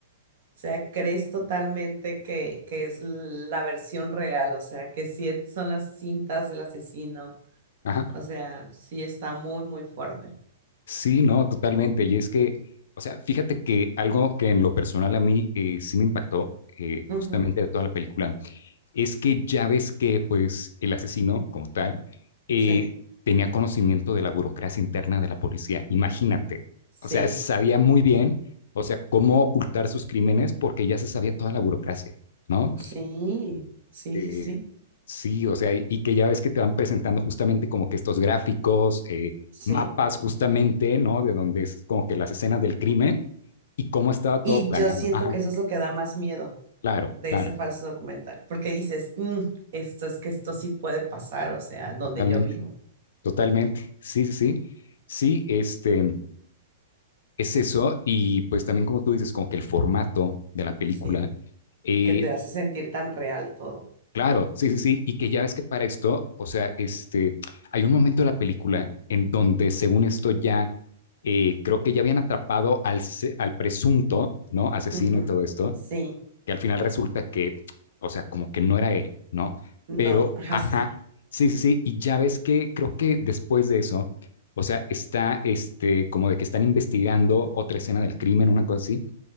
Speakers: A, on the right (about 45°); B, on the left (about 65°).
A: O sea, crees totalmente que, que es la versión real, o sea, que sí es- son las cintas del asesino,
B: Ajá.
A: o sea, sí está muy, muy fuerte.
B: Sí, no, totalmente. Y es que, o sea, fíjate que algo que en lo personal a mí eh, sí me impactó eh,
A: Ujú,
B: justamente de toda la película es que ya ves que pues el asesino como tal eh,
A: Sí,
B: tenía conocimiento de la burocracia interna de la policía. Imagínate,
A: sí,
B: o sea, sabía muy bien, o sea, cómo ocultar sus crímenes porque ya se sabía toda la burocracia, ¿no?
A: sí, sí,
B: Eh,
A: sí, sí,
B: sí, o sea, y, y que ya ves que te van presentando justamente como que estos gráficos, eh,
A: sí.
B: mapas justamente, ¿no? De donde es como que las escenas del crimen y cómo estaba
A: Y
B: todo planeado.
A: yo siento
B: Ajá,
A: que eso es lo que da más miedo
B: claro,
A: de
B: claro,
A: ese falso documental, porque dices, "Mm, esto es que esto sí puede pasar, o sea, donde
B: totalmente,
A: yo vivo,
B: totalmente. Sí, sí, sí. Sí, este, es eso. Y pues también como tú dices, como que el formato de la película,
A: sí,
B: eh,
A: que te hace sentir tan real todo.
B: Claro, sí, sí, sí. Y que ya ves que para esto, o sea, este, hay un momento de la película en donde, según esto, ya eh, creo que ya habían atrapado al, se- al presunto, ¿no? Asesino
A: Ujú,
B: y todo esto,
A: Sí,
B: que al final resulta que, o sea, como que no era él, ¿no?
A: no,
B: Pero,
A: ajá,
B: ajá,
A: sí,
B: sí, sí, sí. Y ya ves que creo que después de eso, o sea, está, este, como de que están investigando otra escena del crimen, una cosa así